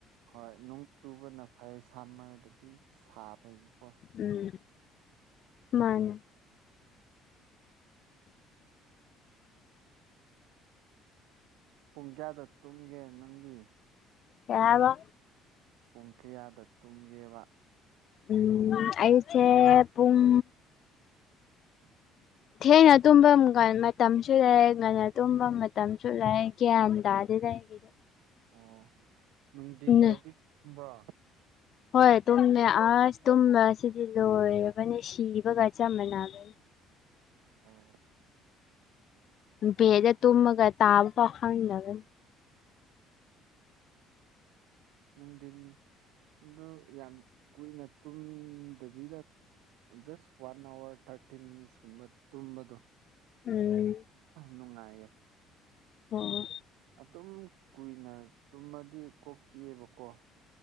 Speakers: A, on the right; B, on the left.
A: ꯍꯣꯏ ꯅꯣꯡ ꯆꯨꯕꯅ ꯐꯩ ꯁꯥꯝꯃꯔꯗꯗꯤ ꯁꯥꯕꯒꯤꯀꯣ
B: ꯎꯝ ꯃꯥꯅꯦ
A: ꯄꯨꯡ ꯀꯌꯥꯗ ꯇꯨꯝꯒꯦ ꯅꯪꯗꯤ
B: ꯀꯩꯍꯥꯏꯕ
A: ꯄꯨꯡ ꯀꯌꯥꯗ ꯇꯨꯝꯒꯦꯕ
B: ꯎꯝ ꯑꯩꯁꯦ ꯄꯨꯡ
A: <unintelligible>
B: ꯊꯦꯡꯅ ꯇꯨꯝꯐꯝ ꯒ ꯃꯇꯝꯁꯨ ꯂꯩ ꯉꯟꯅ ꯇꯨꯝꯐꯝ ꯃꯇꯝꯁꯨ ꯂꯩꯑꯦ ꯒ꯭ꯌꯥꯟ ꯇꯥꯗꯦꯗ ꯑꯩꯒꯤꯗꯤ
A: ꯑꯣ ꯅꯨꯡꯗꯤꯟꯗꯗꯤ
B: ꯎꯝ
A: ꯇꯨꯝꯕ꯭ꯔꯣ
B: ꯍꯣꯏ ꯇꯨꯝꯃꯦ ꯑꯁ ꯇꯨꯝ ꯑꯁꯤꯗꯤ ꯂꯣꯏꯔꯕꯅꯦ ꯁꯤꯕꯒ ꯆꯞ ꯃꯥꯟꯅꯕ
A: ꯑꯣ
B: ꯄꯦꯗ ꯇꯨꯝꯃꯒ ꯇꯥꯕ ꯐꯥꯎ ꯈꯪꯗꯕꯅꯤ
A: ꯅꯨꯡꯗꯤꯟ ꯑꯗꯣ ꯌꯥꯝ ꯀꯨꯏꯅ ꯇꯨꯝꯗꯕꯤꯗ ꯖꯁ ꯋꯥꯟ ꯑꯋꯥꯔ ꯊꯥꯔꯇꯤ ꯃꯤꯅꯤꯠꯁꯀꯨꯝꯕ ꯇꯨꯝꯕꯗꯣ
B: ꯎꯝ
A: ꯅꯨꯡꯉꯥꯏꯌꯦ
B: ꯑꯣ
A: ꯑꯗꯨꯝ ꯀꯨꯏꯅ ꯇꯨꯝꯃꯗꯤ ꯀꯣꯛ ꯆꯤꯛꯑꯦꯕꯀꯣ